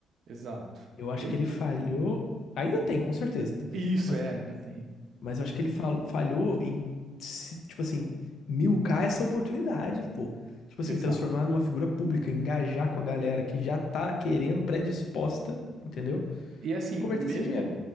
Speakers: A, on the right; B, on the left.
A: Exato.
B: Eu acho
A: Ele
B: que ele
A: tem...
B: falhou. Ainda tem, com certeza.
A: Isso,
B: Mas,
A: é, ainda tem.
B: mas eu acho que ele fal- falhou em, se- tipo assim, milcar essa oportunidade, pô. Tipo assim,
A: Exato.
B: transformar numa figura pública, engajar com a galera que já tá querendo, predisposta, entendeu?
A: E assim,
B: Converter
A: mesmo,
B: isso em dinheiro.